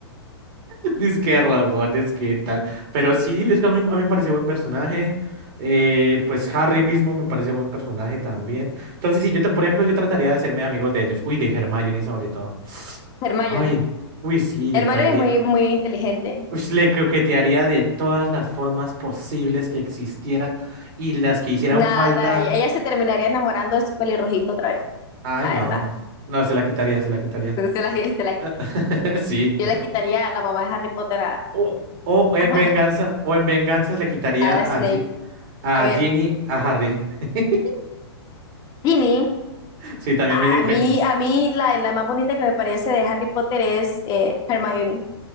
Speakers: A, on the right (about 50°); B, on the left (about 30°).
A: <laughs> Dice que rogones, ¿qué tal? Pero sí, es que a mí, a mí me pareció buen personaje. Eh, pues Harry mismo me parece buen personaje también. Entonces, sí, yo, te- por ejemplo, yo trataría de hacerme amigos de ellos. Uy, de Hermione sobre todo.
B: Hermione.
A: Ay, uy, sí, le
B: Hermione
A: caería.
B: es muy, muy inteligente,
A: Uy, le coquetearía de todas las formas posibles que existieran y las que hicieran
B: nada,
A: falta.
B: y ella se terminaría enamorando de su pelirrojito otra vez,
A: Ay,
B: la
A: no.
B: verdad.
A: No, se la quitaría, se la quitaría.
B: Se la, <laughs> se la qui-
A: <laughs> Sí.
B: yo le quitaría a la mamá de Harry Potter
A: O, o en
B: a,
A: venganza, o en venganza le quitaría
B: <laughs> a Snape.
A: a, Gi- a
B: A ver,
A: Ginny, a Harry. <laughs>
B: Ginny
A: Sí, también
B: A
A: me,
B: a mí,
A: me
B: a mí la, la más bonita que me parece de Harry Potter es eh, Hermione,